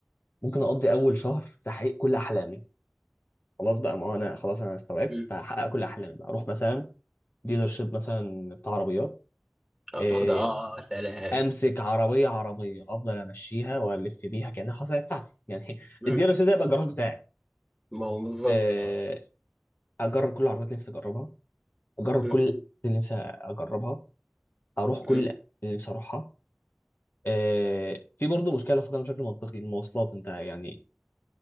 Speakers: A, on the left; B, in the centre.
A: ممكن اقضي اول شهر في تحقيق كل احلامي خلاص بقى ما هو انا خلاص انا استوعبت
B: مم.
A: فهحقق كل احلامي بقى اروح مثلا ديلرشيب مثلا بتاع عربيات
B: او
A: آه،
B: تاخد اه آه، آه، سلام
A: امسك عربيه عربيه افضل امشيها والف بيها كانها خلاص هي بتاعتي يعني <laughs>
B: مم.
A: الديلرشيب ده يبقى الجراج بتاعي
B: ما هو بالظبط
A: آه،
B: اه
A: اجرب كل العربيات اللي نفسي اجربها اجرب
B: مم.
A: كل اللي نفسي اجربها اروح كل
B: مم.
A: الأماكن اللي نفسي اروحها آه، في برضه مشكله لو فكرنا بشكل منطقي المواصلات انت يعني